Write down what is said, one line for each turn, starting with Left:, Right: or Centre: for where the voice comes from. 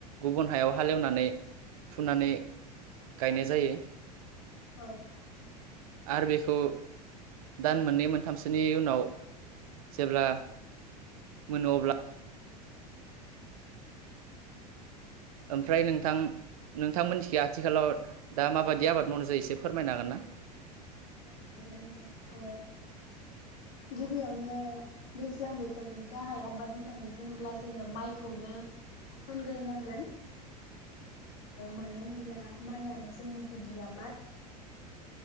Right: गुबुन हायाव हालेवनानै फुनानै गायनाय जायो।
Left: औ
Right: आरो बेखौ दान मोननै मोनथामसोनि उनाव जेब्ला मोनो अब्ला ओमफ्राय नोंथां नोंथांमोनथि आथिखालाव दा माबायदि आबाद मावनाय जायो एसे फोरमायनो हागोन ना?
Left: <unintelligible> ओ गिबियावनो दैज्लां बोथोरनि गाहाय आबाद होननानै बुङोब्ला जोङो माइखौनो होनग्रोनांगोन मानो होनोब्ला माइानो जोंनि गुदि आबाद।